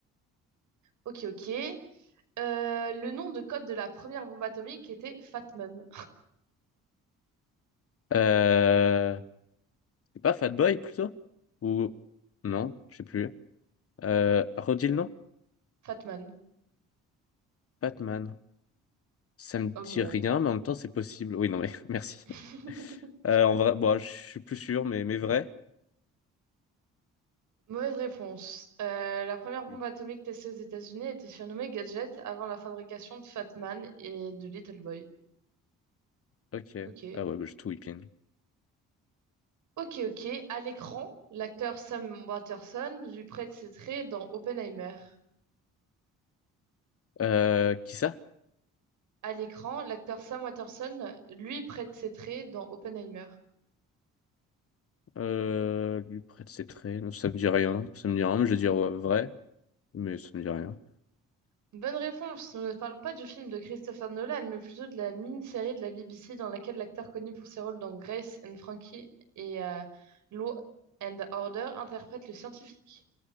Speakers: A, on the right; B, on the left.
A: Ok, ok. Euh, le nom de code de la première bombe atomique était Fatman.
B: Euh... C'est pas Fat Boy plutôt? Ou... Non, je sais plus. Euh... Redis le nom?
A: Fatman,
B: Batman. Ça me
A: homme
B: dit
A: gros.
B: rien, mais en même temps, c'est possible. Oui, non, mais <laughs> merci.
A: <laughs>
B: Euh, en vrai, bon, je suis plus sûr, mais, mais vrai.
A: Mauvaise réponse. Euh, la première bombe
B: Oui.
A: atomique testée aux États-Unis était surnommée Gadget avant la fabrication de Fatman et de Little Boy.
B: Ok.
A: Ok.
B: Ah ouais, bah, j'ai tout whipping.
A: Ok, ok. À l'écran, l'acteur Sam Waterston lui prête ses traits dans Oppenheimer.
B: Euh, qui ça?
A: À l'écran, l'acteur Sam Waterston lui prête ses traits dans Oppenheimer.
B: Euh, lui prête ses traits. Non, ça me dit rien. Ça me dit rien, mais je vais dire ouais, vrai. Mais ça me dit rien.
A: Bonne réponse. Nous ne parlons pas du film de Christopher Nolan, mais plutôt de la mini-série de la BBC dans laquelle l'acteur connu pour ses rôles dans Grace and Frankie et euh, Law and Order interprète le scientifique.